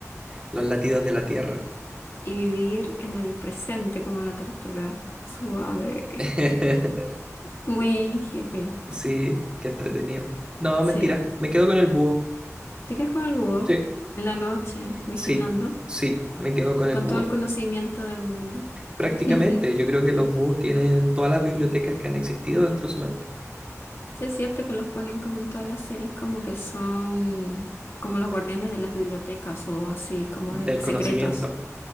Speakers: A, on the right (about 20°); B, on the left (about 50°).
A: Los latidos de la tierra.
B: Y vivir en el presente como la tortuga. Suave.
A: <laughs>
B: Muy hippie.
A: Sí, qué entretenido. No,
B: Sí.
A: mentira. Me quedo con el búho.
B: Te quedas con el búho
A: Sí.
B: en la noche, vigilando,
A: Sí, sí, me quedo con
B: con
A: el búho.
B: todo el conocimiento del mundo.
A: Prácticamente,
B: <laughs>
A: yo creo que los búhos tienen todas las bibliotecas que han existido dentro de su mente,
B: Sí, es cierto que los ponen como en todas las series, como que son como los guardianes de las bibliotecas o así, como
A: del
B: de secretos.
A: conocimiento.